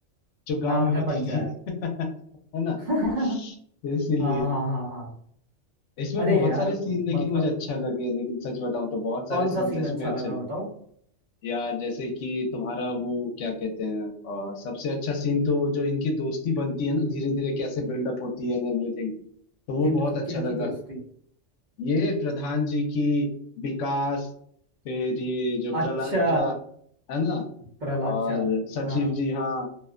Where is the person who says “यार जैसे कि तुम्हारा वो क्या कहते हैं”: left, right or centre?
Left